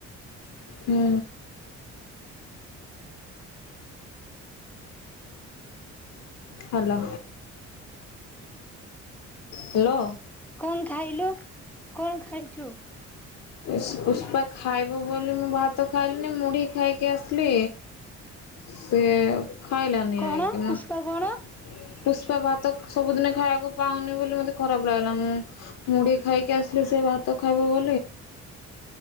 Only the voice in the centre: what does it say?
କଣ ଖାଇଲୁ କଣ ଖାଇ ଛୁ?
କଣ
ପୁଷ୍ପା କଣ